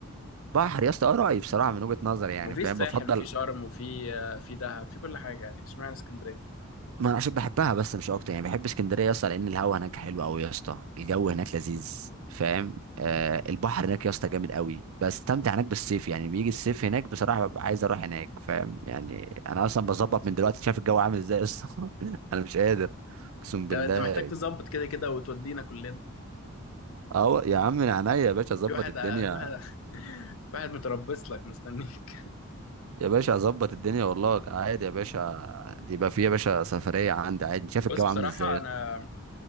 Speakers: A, on the right (about 75°); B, on the left (about 70°).
A: بحر يا اسطى آه رأيي بصراحه من وجهه نظري يعني
B: وفي
A: فاهم
B: الساحل
A: بفضل
B: وفي شرم وفي آه، في دهب في كل حاجه يعني اشمعنى اسكندريه
A: ما انا عشان بحبها بس مش اكتر يعني بحب اسكندريه يا اسطى لان الهوا هناك حلو قوي يا اسطى الجو هناك لذيذ فاهم آه البحر هناك يا اسطى جامد قوي بستمتع هناك بالصيف يعني بيجي الصيف هناك بصراحه ببقى عايز اروح هناك فاهم يعني انا اصلا بظبط من دلوقتي شايف الجو عامل ازاي يا اسطى <laughs> انا مش قادر اقسم بالله
B: ده انت محتاج تظبط كده كده وتودينا كلنا
A: اه يا عم من عينيا يا باشا اظبط
B: في واحد
A: الدنيا
B: في واحد <laughs> في واحد متربص لك مستنيك
A: يا باشا اظبط الدنيا والله عادي يا باشا يبقى في يا باشا سفريه عندي عادي شايف
B: بص
A: الجو
B: بصراحة
A: عامل ازاي
B: أنا